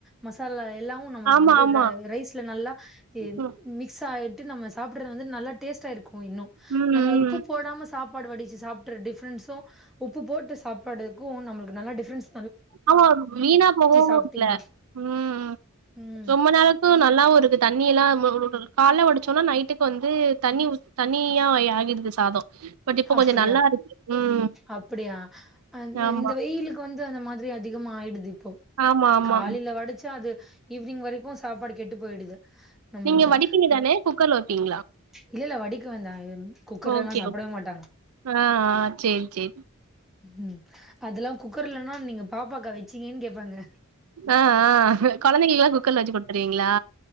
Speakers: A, in the centre; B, on the right.
A: மசாலா எல் எல்லாமு நம்மளுக்கு
B: ஆமா
A: வந்து
B: ஆமா
A: ரை ரைஸ்ல நல்லா இ
B: ம்
A: மிக்ஸ் ஆய்ட்டு நம்ம சாப்புட்றது வந்து நல்லா டேஸ்ட் டா இருக்கு இன்னு
B: ம்
A: நம்ம
B: ம்
A: உப் ப்பு போடாம சாப்பாடு வடிச்சு சாப்ட்ற டிஃப்ரன்ஸ்ஸு உப்பு போட்டு சாப்பாடுக்கும் நம்மளுக்கு நல்லா டிஃப்ரன்ஸ்
B: ஆமா வீணா போகவு
A: சாப்ட்டீங்கன்னா.
B: இல்ல ம் ம்
A: ம்.
B: ரொம்ப நாளுக்கு நல்லாவு இருக்குது தண்ணியெல்லா <unintelligible> கால்ல வடிச்சோனா நைட்டுக்கு வந்து தண்ணி ஊத் தண்ணியா ஆயி ஆகிடுது சாதோ பட் இப்போ
A: அப்புடியா
B: கொஞ்சோ நல்லா இருக்கு ம்
A: அப்புடியா அ இந்
B: ஆமா
A: இந்த வெயிலுக்கு வந்து அந்த மாதிரி ரி அதிகமா ஆயிடுது இப்
B: ஆமா ஆமா
A: காலையில வடுச்சா அது ஈவி்னிங் வரைக்கு சாப்பாடு கெட்டு போயிடுது நம்மளுக்கு
B: நீங்க வடிப்பீங்க
A: ஆ
B: தானே குக்கர்ல வப்பிங்
A: இல்ல இல்ல வடிக்க வந்தா ம் குக்கர்லெல்லா
B: ஓகே
A: சாப்புடவே
B: ஓகே
A: மாட்
B: ஆ ஆ சேரி சேரி
A: ம் அதெல்லா குக்கர்லென்னா நீங்க பாப்பாக்கா வச்சீங்கன்னு கேப்பாங்க
B: ஆ ஆ கொழந்தைங்களுக்கெல்லா குக்கர்ல வச்சு குடுத்துருவீங்ளா